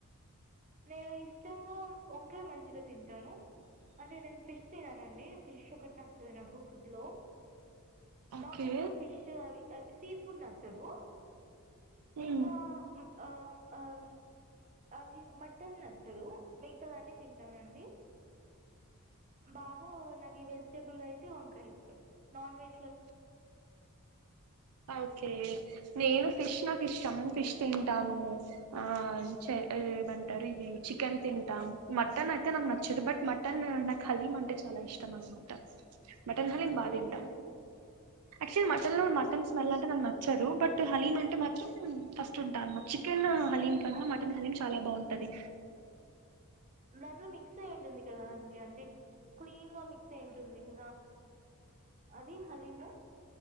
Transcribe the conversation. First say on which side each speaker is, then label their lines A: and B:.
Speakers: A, on the right (about 35°); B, on the right (about 85°).
A: నేను ఇష్టంగా వంకాయ మంచిగా తింటాను అంటే నేన్ ఫిష్ తిననండి ఫిష్ ఒకటి నచ్చదు నాకు ఫుడ్ లో
B: ఓకే
A: నాన్వెజ్ లో ఫిష్ అవి సీ ఫుడ్ నచ్చదు
B: ఉమ్,
A: ఇంగ అం అం అది మ టన్ నచ్చదు మిగతావని తింటానండి బాగా నాక్ ఇ వెజిటుల్ టే వంకాయ ఇష్టం నాన్వెజ్
B: ఓకే నేను ఫిష్ నాకు
A: హ్మ్.
B: ఇష్టం ఫిష్ తింటాను ఆ చే
A: హ్మ్.
B: ఏమంటారు ఇది చికెన్ తింటాం మటన్ అయితే నాకు నచ్చేది బట్ మటన్ నాకు హలీం అంటే చాలా ఇష్టం అనమాట మటన్ హలీమ్ బా
A: ఓకే.
B: తింటా యాక్చువల్లీ మటన్ లో
A: ఓకే.
B: మటన్ స్మెల్ అంటే నాకు నచ్చదు బట్ హలీం అంటే మాత్రం ఫస్ట్ ఉంటా చికెన్ హలీం కన్నా
A: అండ్
B: మటన్ హలీం చాలా బాగుంటది
A: దాంట్లో మిక్స్ అయి ఉంటుంది కదా అండి అంటే క్లీన్ గా మిక్స్ అయి ఉంటుంది కదా అది హాలిము